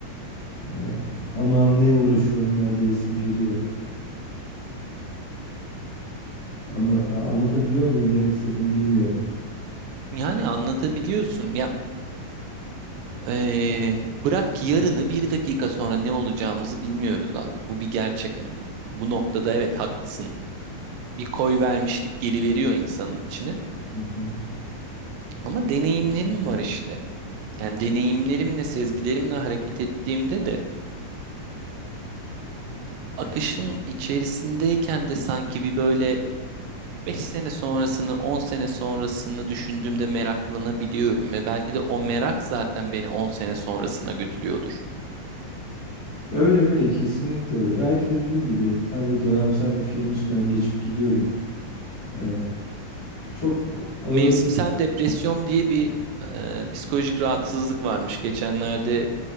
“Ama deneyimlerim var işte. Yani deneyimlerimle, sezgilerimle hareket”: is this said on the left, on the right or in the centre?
Right